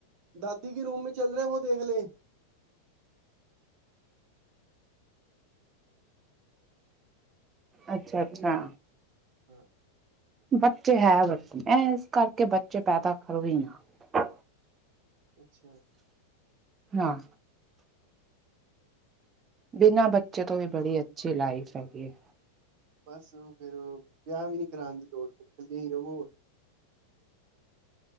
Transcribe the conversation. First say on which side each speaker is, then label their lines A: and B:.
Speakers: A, on the right; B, on the right.
A: ਦਾਦੀ ਕੇ ਰੂਮ ਮੇਂ ਚੱਲ ਰੇਐ ਵੋ ਦੇਖ ਲੇ। <inaudible>
B: ਅੱਛਾ-ਅੱਛਾ।
A: ਹਾਂ।
B: ਬੱਚੇ ਹੈ ਬਸ ਐਸ ਕਰਕੇ ਬੱਚੇ ਪੈਦਾ ਕਰੋ ਈ ਨਾ।
A: ਅੱਛਾ।
B: ਹਾਂ। ਬਿਨਾਂ ਬੱਚੇ ਤੋਂ ਵੀ ਬੜੀ ਅੱਛੀ ਲਾਈਫ ਹੈਗੀ ਏ।
A: ਬਸ ਫੇਰ ਉਹ ਵਿਆਹ ਵੀ ਨੀ ਕਰਾਣ ਦੀ ਲੋੜ ਫਿਰ ਇਕੱਲੇ ਈ ਰਵੋ।